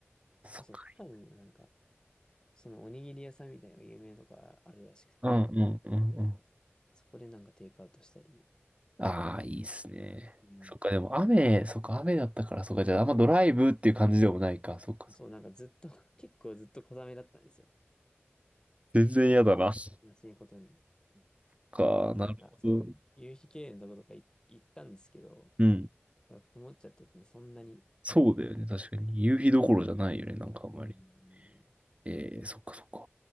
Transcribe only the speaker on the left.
あ、そう、多分なんか、そのおにぎり屋さんみたいなのが有名なとかあるらしく、
あった。そこでなんかテイクアウトしたり。
うん。
まあ、
そう、なんかずっと、<laughs> 結構ずっと小雨だったんですよ。
あ
悲しいことに。
あの、
なんかそう、夕日綺麗なとことかい行ったんですけど、
なんか曇っちゃっててね、そんなに。
うん。